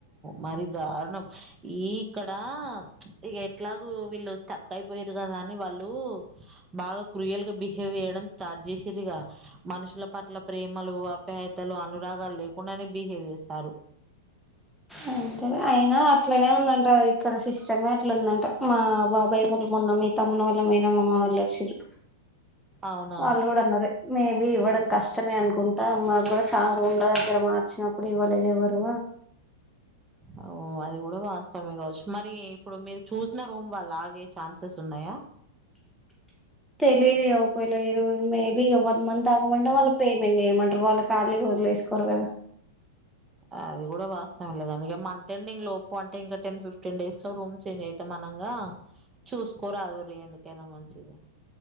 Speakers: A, on the right (about 20°); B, in the centre.
A: మరి దారుణం ఈ ఇక్కడ ఇగ ఎట్లాగు వీళ్ళు స్టక్ అయిపోయిరు కదా అని వాళ్ళు బాగా క్రూయల్ గా బిహేవ్ చేయడం స్టార్ట్ చేసిరు ఇగ మనుషుల పట్ల ప్రేమలు అప్యాయతలు అనురాగాలు లేకుండానే బిహేవ్ చేస్తారు
B: అంతే అయినా అట్లనే ఉందంట ఇక్కడ సిస్టమే అట్లుందంట మా బాబాయ్ వాళ్ల మొన్న మీ తమ్ముని వాల్ల మేనమామ వాళ్ళ అచ్చిరు
A: అవునా?
B: వాళ్ళు కూడ అన్నారు మేబి ఇవ్వడం కష్టమే అనుకుం అ మాకు కూడా చాలా ఉండ దగ్గర మార్చినప్పుడు ఇవ్వలేదు ఎవరు
A: ఓ అది కూడా వాస్తవమే కావచ్చు మరి ఇప్పుడు మీరు చూసిన రూమ్ వాళ్ళ ఆగే ఛాన్సెస్ ఉన్నాయా
B: దు ఒకవేళరు మేబీ వన్ మంత్ ఆగమంటే వాళ్ళు పేమెంట్ చేయమంటారు వాళ్ళు ఖాళీ వదిలే వేసుకోరు కదా
A: అది కూడా వాస్తవం లేదు అందుకే మ ెండింగ్ లోప్పు అంటే ఇంకా టెన్ ఫిఫ్టీన్ డేస్ లో రూమ్ చేంజ్ అయితే మనగా చూసుకోరాదురి ఎందుకైనా మంచిది